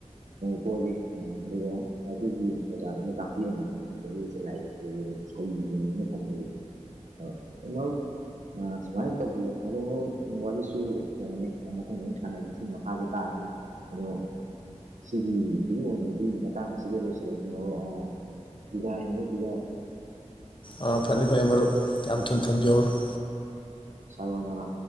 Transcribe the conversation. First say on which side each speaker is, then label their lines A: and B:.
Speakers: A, on the right; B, on the left.
A: ꯄꯣꯛꯑꯒ ꯑꯗꯨꯒ ꯑꯗꯨꯒꯤ ꯑꯣꯖꯥꯗꯨꯅ ꯇꯥꯛꯄꯤꯔꯝꯝꯕꯅꯦ ꯑꯗꯨꯗꯒꯤ ꯑꯩꯁꯦ ꯂꯥꯏ ꯌꯦꯛꯄ ꯍꯩꯈꯤꯕꯅꯦꯅ ꯊꯝꯖꯒ‌ꯦ ꯑꯥ ꯃꯔꯨꯞ ꯑꯥ ꯁꯨꯃꯥꯏꯅ ꯑꯗꯨꯝ ꯇꯧꯕꯤꯌꯨ ꯑꯗꫭꯗ ꯃꯔꯨꯞ ꯋꯥꯔꯤꯁꯨ ꯀꯩꯅꯣꯅꯤ ꯃꯊꯪꯗ ꯑꯃꯨꯛ ꯁꯥꯟꯅꯔꯁꯤ ꯁꯤ ꯃꯈꯥꯗ ꯇꯥꯛꯁꯤ ꯑꯗꯣ ꯁꯤꯒꯤꯒꯤ ꯑꯣꯏꯅꯗꯤ ꯃꯇꯥꯡ ꯑꯁꯤꯗ ꯂꯣꯏꯁꯤꯜꯂꯁꯤ ꯃꯔꯨꯞ ꯑꯥ ꯗꯥꯉ ꯄꯗꯥ <unintelligible>
B: ꯑꯥ ꯐꯅꯤ ꯐꯅꯤ ꯃꯔꯨꯞ ꯌꯥꯝ ꯊꯨꯅ ꯊꯝꯕꯤꯍꯧꯔꫭ
A: ꯁꯌꫭꯟꯅꯔꯥ